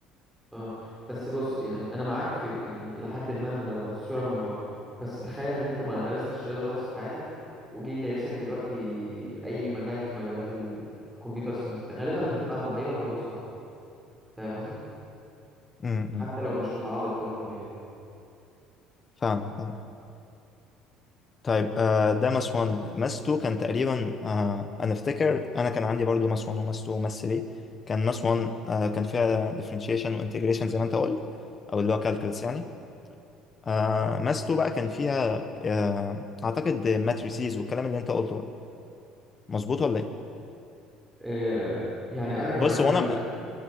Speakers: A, in the centre; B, on the left.
A: اه بس بص يعني انا معاك في يعني الى حد ما من لو الصوره من بره بس تخيل ان انت ما درستش رياضه خالص في حياتك وجي دايرسك دلوقتي اي مجال في مجالات ال- الكمبيوتر ساينس غالبا هتبقى ما هيبقى الموضوع صعب فاهم قصدي
B: امم
A: حتى لو مش متعلق قوي بالرياضه
B: فاهمك آه. طيب آه ده ماس 1 ماس 2 كان تقريبا آه انا افتكر انا كان عندي برضو ماس 1 وماس 2 وماس 3 كان ماس 1 آه كان فيها differentiation وانتجريشن زي ما انت قلت او اللي هو calculus يعني آه ماس 2 بقى كان فيها آه اعتقد matrices والكلام اللي انت قلته بقى مظبوط ولا ايه
A: آه، يعني انا كان
B: بص
A: عندي
B: هو انا
A: لا